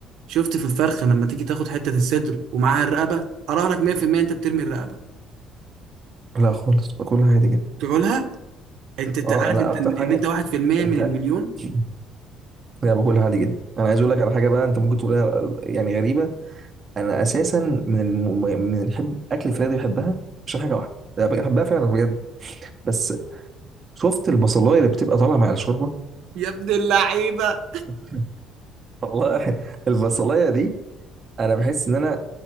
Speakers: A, on the right; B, on the right.
A: شفت في الفرخه لما تيجي تاخد حته الصدر ومعاها الرقبه اراهنك 100% انت بترمي الرقبه
B: لا خالص باكلها عادي جدا
A: تقولها انت انت
B: اه
A: عارف
B: انا
A: انت
B: اكتر
A: ان
B: حاجه
A: إن انت 1%
B: انت
A: من المليون
B: <clears throat> انا باكلها عادي جدا انا عايز اقول لك على حاجه بقى انت ممكن تقولها يعني غريبه انا اساسا من الم... من الحب اكل الفراخ دي بحبها عشان حاجه واحده انا بحبها فعلا بجد بس شفت البصلايه اللي بتبقى طالعه مع الشوربه
A: يا ابن اللعيبه
B: <laughs> والله البصلايه دي انا بحس ان انا